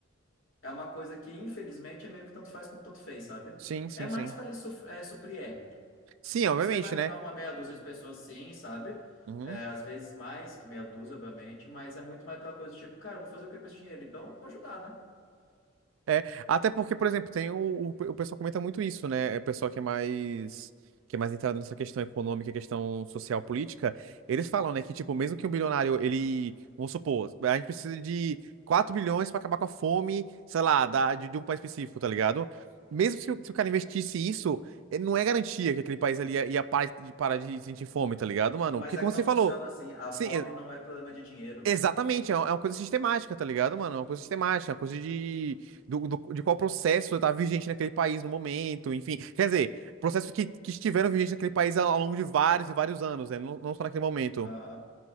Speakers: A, on the left; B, on the right.
A: é uma coisa que, infelizmente, é meio que tanto faz como tanto fez, sabe?
B: Sim, sim,
A: É mais
B: sim.
A: para ele suf- é, suprir ego.
B: Sim, obviamente,
A: Você vai ajudar
B: né?
A: uma meia dúzia de pessoas, sim, sabe?
B: Uhum.
A: É, às vezes mais que meia dúzia, obviamente, mas é muito mais pela coisa do tipo, cara, eu vou fazer o que com esse dinheiro? Então, vou ajudar, né?
B: É, até porque, por exemplo, tem o, o, o pessoal comenta muito isso, né? O pessoal que é mais que é mais entrado nessa questão econômica, questão social, política, eles falam, né, que tipo, mesmo que um bilionário, ele, vamos supor, a gente precisa de 4 bilhões para acabar com a fome, sei lá, da, de, de um país específico, tá ligado? Mesmo se, o- se o cara investisse isso, eh, não é garantia que aquele país ali ia, ia parar de, parar de sentir fome, tá ligado, mano?
A: Mas
B: Porque como
A: é que
B: você
A: não funciona
B: falou,
A: assim. A
B: sim,
A: fome não é problema de dinheiro.
B: Exatamente, é uma é uma coisa sistemática, tá ligado, mano? É uma coisa sistemática, é uma coisa de, do, do- de qual processo tá vigente naquele país no momento, enfim. Quer dizer, processos que, que estiveram vigentes naquele país ao ao longo de vários e vários anos, né? Não, não só naquele momento.
A: Aham.